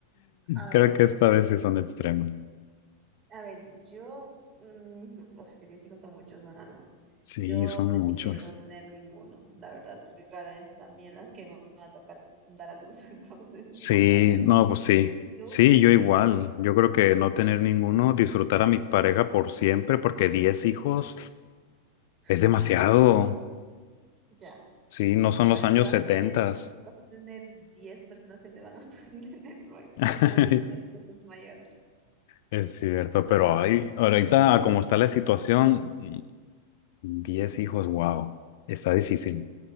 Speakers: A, on the right (about 30°); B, on the left (about 50°).
A: A
B: creo
A: ver,
B: que esta vez sí son extremas.
A: a ver, yo... mm, oh, es que 10 hijos son muchos, no, no, no.
B: Sí,
A: Yo
B: son
A: prefiero
B: muchos.
A: no tener ninguno, la verdad, porque claro, es a mí la que me va a tocar dar a luz, <laughs> entonces
B: Sí,
A: no, gracias.
B: no, pues sí.
A: ¿Tú?
B: Sí, yo igual. Yo creo que no tener ninguno, disfrutar a mi pareja por siempre, porque 10 hijos
A: <laughs>
B: es demasiado.
A: No vas a... Ya.
B: Sí, no son
A: Bueno,
B: los años
A: pero vas
B: 70.
A: a tener, vas a tener 10 personas que te van a <laughs> mantener luego,
B: <laughs>
A: que te van a cuidar cuando seas mayor.
B: Es cierto, pero ahí ahorita, ah, como está la situación, 10 hijos, wow, está difícil.